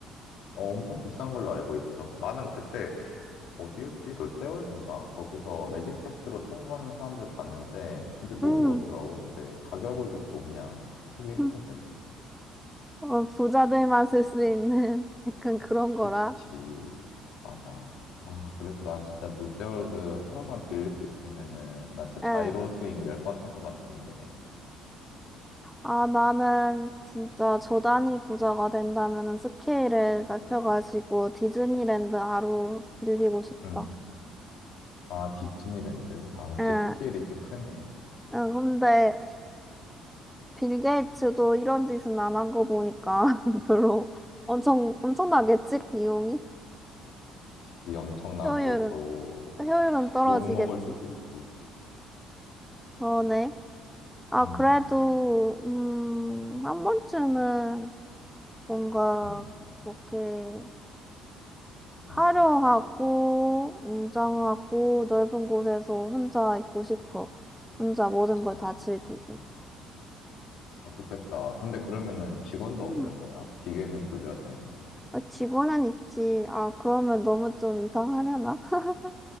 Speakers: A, on the left (about 65°); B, in the centre.
A: 어, 엄청 비싼 걸로 알고 있어. 나는 그때 어디였지? 롯데월드인가? 거기서 매직 패스로 통과하는 사람들 봤는데 진짜 너무
B: 응.
A: 부럽더라고. 근데 가격을 듣고 그냥 포기했거든.
B: 응. 어, 부자들만 쓸 수 있는 <laughs> 약간 그런 거라.
A: 그치. 맞아. 아, 그래서 난 진짜 롯데월드 하루만 빌릴 수 있으면은 나 진짜
B: 응.
A: 자이로 스윙 열 번 탈 것 같은데.
B: 아, 나는 진짜 조단이 부자가 된다면은 스케일을 넓혀가지고 디즈니랜드 하루 빌리고 싶다.
A: 응. 아, 디즈니랜드. 아, 역시
B: 응.
A: 스케일이 좀 크네.
B: 응. 근데 빌 게이츠도 이런 짓은 안 한 거 보니까 <laughs> 별로 엄청, 엄청나겠지? 비용이?
A: 지 엄청나고
B: 효율은,
A: 또
B: 효율은 떨어지겠지?
A: 욕먹을 수도 있지.
B: 어 네 아,
A: 음,
B: 그래도, 음, 한 번쯤은 뭔가
A: 음,
B: 그렇게 화려하고,
A: 음.
B: 웅장하고, 넓은 곳에서 혼자 있고 싶어. 혼자 모든 걸
A: 아.
B: 다 즐기고.
A: 아, 좋겠다. 근데 그러면은 직원도
B: 음,
A: 없는 거야? 기계는 돌려야 되는데.
B: 아, 직원은 있지. 아, 그러면 너무 좀 이상하려나? <laughs>